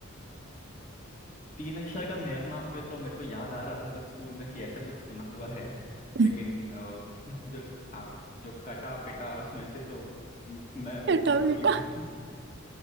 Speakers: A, on the left (about 40°); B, on the right (about 55°).
A: तीन अक्षर का मेरा नाम पे तो मेरे को याद आ रहा था कुछ स्कूल में कि ऐसा कुछ सुना हुआ है
B: <laughs>
A: लेकिन अ, <laughs> जो आप जो कटा पिटा उसमें से तो म- मैं
B: बेटा
A: थोड़ा भूल
B: बेटा
A: गया <laughs>